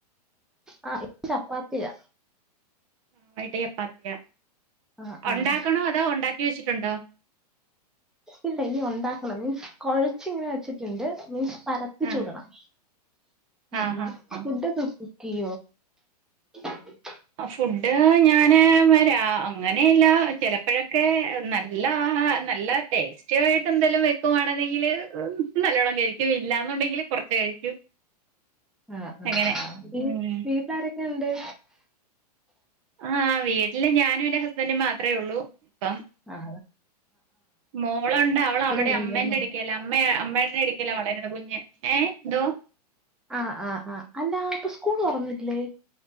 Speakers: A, in the centre; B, on the right.
A: ആ ഇപ്പൊ ചപ്പാത്തി ഇല്ല
B: ആ വൈകിട്ട് ചപ്പാത്തിയ
A: ആഹ്
B: ഉണ്ടാക്കണോ
A: ആഹ്
B: അതോ ഉണ്ടാക്കി ഉണ്ടാക്കി വെച്ചിട്ടുണ്ടോ
A: ഇല്ല ഇനി ഉണ്ടാക്കണം മീൻസ് കുഴച്ച് ഇങ്ങനെ വെച്ചിട്ടുണ്ട് മീൻസ് പരത്തി
B: ആഹ്
A: ചൂടണം
B: ആഹ്
A: ഉം
B: ആഹ്
A: ഫുഡൊക്കെ
B: ആഹ്
A: <unintelligible>
B: ഫുഡ്‌ ഞാന് വരാം അങ്ങനെയല്ല ചിലപ്പോഴൊക്കെ നല്ല നല്ല ടേസ്റ്റി ആയിട്ട് എന്തെലും <unintelligible> നല്ലവോണം കഴിക്കും ഇല്ലന്നുണ്ടെങ്കിൽ കുറച്ച് കഴിക്കും
A: ആ ആ
B: അങ്ങനെ
A: ആ വീട്ടിലാരൊക്ക
B: ഉം
A: ആരൊക്ക ഉണ്ട്.
B: ആഹ് വീട് ഇല്ല ഞാനും എന്റെ ഹസ്ബൻഡും മാത്രമേ ഉള്ളൂ ഇപ്പം
A: ആ
B: മോളുണ്ട് അവൾ അവിടെ
A: കഴിഞ്ഞാന്നോ
B: അമ്മേന്റെ എടുക്കെലാ അമ്മ അമ്മയുടെ എടുക്കല വളരുന്ന കുഞ്ഞ് ഏ എന്തോ..
A: ആഹ് ആഹ് ആഹ് അല്ല അപ്പൊ സ്കൂൾ തുറന്നിട്ടില്ലേ